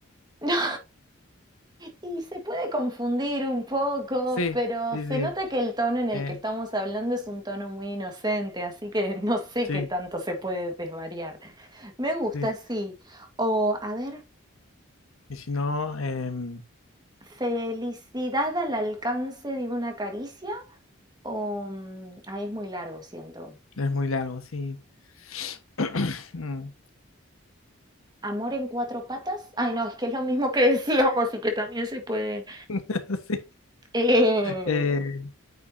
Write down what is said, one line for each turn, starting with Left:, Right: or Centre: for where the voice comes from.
Right: No. Y se puede confundir un poco,
Left: Sí,
Right: pero
Left: sí,
Right: se
Left: sí,
Right: nota que el tono en el
Left: eh,
Right: que estamos hablando es un tono muy inocente, así que no sé
Left: sí,
Right: qué tanto se puede desvariar. Me gusta,
Left: sí.
Right: sí. O, a ver,
Left: Y si no, em,
Right: felicidad al alcance de una caricia, o mm, ah, es muy largo, siento.
Left: es muy largo, sí. <clears throat> <coughs> Mm,
Right: Amor en cuatro patas. Ay, no, es que es lo mismo que <laughs> decíamos y que también se puede.
Left: <laughs> Sí.
Right: Eh,
Left: Eh,